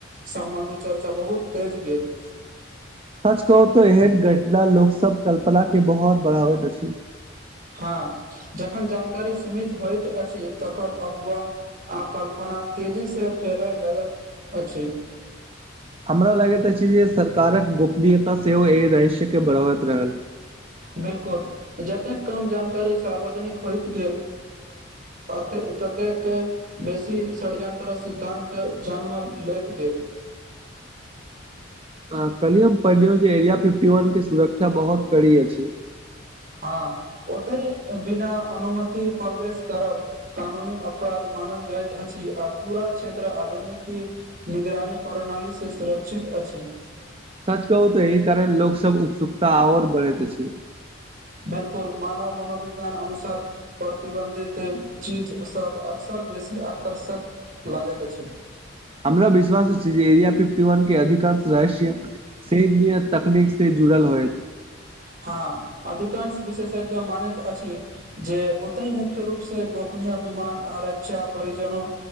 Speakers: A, on the right; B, on the right.
A: संबंधी चर्चा बहुत तेज गेल
B: सच कहू तो एहन घटना लोक सब कल्पनाकेॅं बहुत बढ़ाबैत अछि
A: हँ जखन जानकारी सीमित होइत अछि तखन अफवाह आ कल्पना तेजी से फैलऽ लगैत अछि
B: हमरा लगैत अछि जे सरकारक गोपनीयता सेहो एहि रहहिस्यके बढ़बैत रहल
A: बिल्कुल, जतेक कम जानकारी सार्वजनिक होइत गेल <unintelligible> ततेक बेसी षडयंत्र सिद्धान्त जन्म लेैत गेल
B: काल्हियो हम पढ़लियो जे एरिया फिफ्टी वनके सुरक्षा बहुत कड़ी अछि
A: हँ, ओतहि बिना अनुमति प्रवेश करब कानूनी अपराध मानल जाइत अछि आ पूरा क्षेत्र आधुनिकी निगरानी प्रणालीसे सुरक्षित अछि
B: सच कहू तॅं एहि कारण लोक सभ उत्सुकता आओर बढ़ैत अछि
A: बिल्कुल मानव मनोविज्ञान अनुसार प्रतिबन्धित चीज सब अक्सर बेसी आकर्षक लागैत अछि
B: हमरा विश्वास छी जे एरिया फिफ्टी वनके अधिकांश रहस्य से <unintelligible> तकनीकसे जुड़ल होइ
A: हँ अधिकांश विशेषज्ञ मानैत अछि जे ओतहि मुख्य रूपसॅं गोपनीय विमान आ रक्षा परिजनो